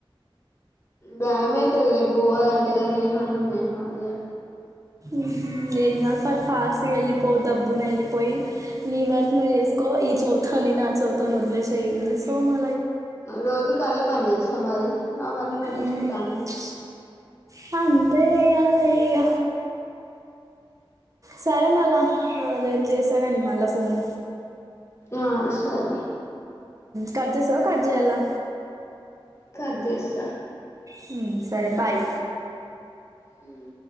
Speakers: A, on the left; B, on the right.
A: భమైతది రేపు పోవాలంటేయ్ ఏమన్నాం మేమడ్గ ఇగ
B: ఉహు ఏం గాద్ పట్ ఫాస్ట్కకెళ్ళిపో దబ్బునెళ్ళిపోయి నీ వర్క్ నువ్వు చేస్కో ఓ ఈ చెవితో విని ఆ చెవితో వదిలేసే ఏం చేస్తావ్ మా
A: రోజుకదే పని జేస్తా మరి అవన్నీ పట్టించుకుంటాను
B: ఏంలే చ్ కావును ప్పేయ్యాల్లే ఇగ సరే మలా రేప్ జీస్తకాని మళ్ళ ఫోన్
A: ఆ సరే
B: కట్ చేస్తవా కట్ జెయ్యలా
A: కట్ జెస్తా
B: హ్మ్ సరే బాయ్
A: హ్మ్